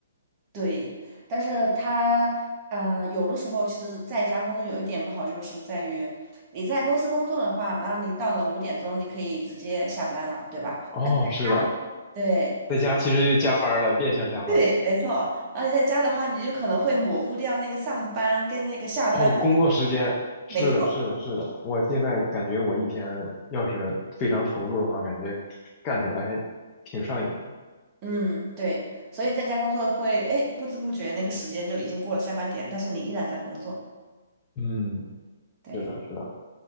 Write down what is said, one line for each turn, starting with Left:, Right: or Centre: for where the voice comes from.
Right: 对，但是他嗯，有的时候其实在家工作有一点不好，就是在于你在公司工作的话，然后你到了五点钟，你可以直接下班了，对吧？
Left: 哦，是的，
Right: 他的对，
Left: 在家其实就加班了，变相加班了。
Right: 对，没错。而且在家的话，你就可能会模糊掉那个上班跟那个下班的，
Left: 哦，工作时间，是的，
Right: 没错。
Left: 是的，是的。我现在感觉我一天要是非常投入的话，感觉干起来还挺上瘾的。
Right: 嗯，对。所以在家工作会，哎，不知不觉那个时间就已经过了下班点，但是你依然在工作。
Left: 嗯，
Right: 对，
Left: 是的，是的，